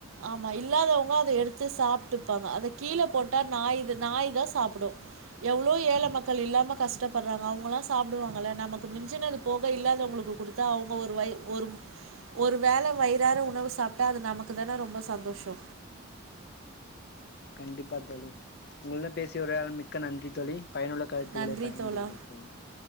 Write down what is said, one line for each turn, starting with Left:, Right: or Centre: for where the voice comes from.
Right: ஆமா இல்லாதவுங்க அத எடுத்து சாப்ட்டு பாங்க அத கீழ போட்டா நாய்து நாய் தா சாப்புடு எவ்ளோ ஏழ மக்கள் இல்லாம கஷ்டப்படுறாங்க அவுங்கள்லா சாப்டுவாங்கல்ல நமக்கு மிஞ்சினது போக இல்லாதவுங்களுக்கு குடுத்தா அவுங்க ஒரு வாய் ஒரு ஒரு வேல வயிறாற உணவு சாப்ட்டா அது நமக் க்குதானா ரொம்பொ சந்தோஷொ
Left: கண்டிப்பா தோழி உங்கல்ட பேசி உரையாட மிக்க நன்றி தோழி பயனுள்ள கருத்துக்களை
Right: நன்றி
Left: பகிர்ந்தீர்கள்
Right: தோழா.
Left: தோழி